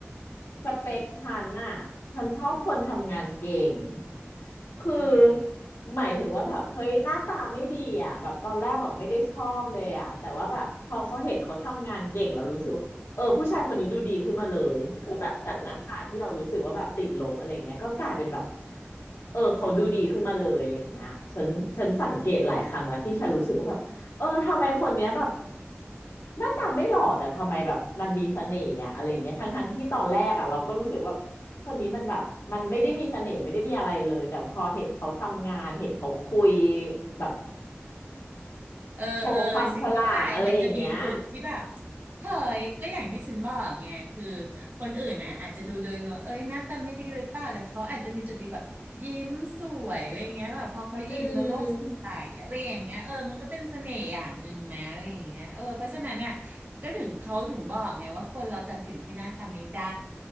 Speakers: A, on the left (about 75°); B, on the right (about 45°).
A: สเปคฉันน่ะฉันชอบคนทำงานเก่งคือ
B: เออ
A: หมายถึงว่าแบบเฮ้ยหน้าตาไม่ดีอ่ะแบบตอนแรกแบบไม่ได้ชอบเลยอ่ะแต่ว่าแบบพอเขาเห็นเขาทำงานเก่งเรารู้สึกว่าเออผู้ชายคนนี้ดูดีขึ้นมาเลยคือแบบจากหน้าตาที่เรารู้สึกว่าแบบติดลบอะไรเงี้ยก็กลายเป็นแบบเออเขาดูดีขึ้นมาเลยอะไรเงี้ยฉันฉันสังเกตหลายครั้งแล้วที่ฉันรู้สึกว่าแบบ เออทำไมคนเนี้ยแบบหน้าตาไม่หล่อแต่ทำไมแบบมันมีเสน่ห์อะอะไรอย่างเงี้ยทั้งทั้งที่ตอนแรกอะเราก็รู้สึกว่าคนนี้มันแบบมันไม่ได้มีเสน่ห์ไม่ได้มีอะไรเลยแต่พอเห็นเขาทำงานเห็นเขาคุยแบบ
B: เออเออฉันเข้าใจมันจะมีจุดที่แบบ
A: โชว์ความฉลาดอะไรอย่างเงี้ย
B: เฮ้ยก็อย่างที่ฉันบอกไงคือคนอื่นอ่ะอาจจะดูโดยรวมเอ้ยหน้าตาไม่ดีหรือเปล่าแต่เขาอาจจะมีจุดดีแบบยิ้มสวยอะไรเงี้ยแบบพอเขายิ้มแล้วโลกสดใสอะไรอย่างเงี้ยเออมันก็เป็นเสน่ห์อย่างหนึ่งนะอะไรอย่างเงี้ยเออเพราะฉะนั้นอ่ะ
A: อืม
B: ก็ถึงเขาถึงบอกไงว่าคนเราตัดสินที่หน้าตาไม่ได้